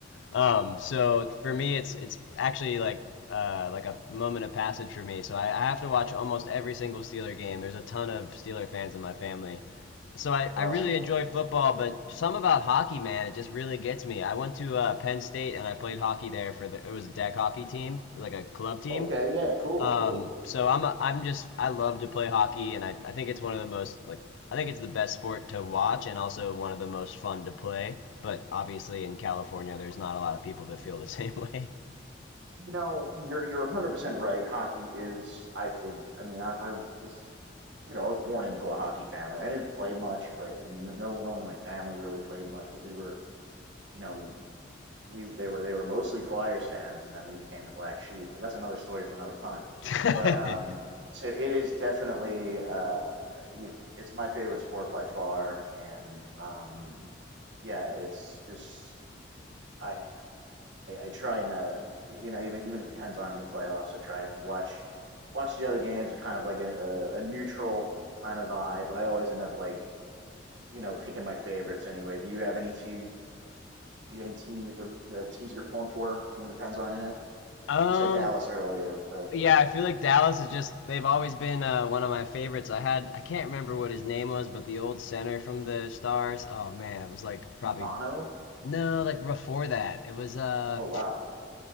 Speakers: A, on the left; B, on the right.
A: Um, so for me, it's it's actually like uh, like a moment of passage for me. So I, I have to watch almost every single Steeler game. There's a ton of Steeler fans in my family so I, I
B: awesome.
A: really enjoy football, but some about hockey, man, it just really gets me. I went to uh, Penn State and I played hockey there for the it was a deck hockey team, like a club team.
B: Okay, yeah, cool,
A: Um,
B: cool.
A: so I'm a, I'm just I love to play hockey, and I, I think it's one of the most like I think it's the best sport to watch and also one of the most fun to play. But obviously in California, there's not a lot of people that feel the same way.
B: You know, you're you're 100% right. Hockey is, I think, I mean, I, I was just, you know, I was born into a hockey family. I didn't play much, but and no no one in my family really played much, but we were, you know, we they were they were mostly Flyers fans and then we became the black sheep, but that's another story for another time.
A: <laughs>
B: But um so it is definitely uh you know, it's my favorite sport by far and um yeah, it's just I I, I try and uh, you know even even if it depends on in the playoffs, I try and watch watch the other games with kind of like a, a, a neutral kind of eye. But I always end up like you know picking my favorites anyway. Do you have any team any team that you're uh, teams that you're pulling for? Even if the Pens aren't in it.
A: Um,
B: You said Dallas earlier, but
A: Yeah, I feel like Dallas is just they've always been uh, one of my favorites. I had I can't remember what his name was, but the old center from the Stars. Oh man, it was like probably
B: Bono.
A: no, like before that. It was uh,
B: Oh wow.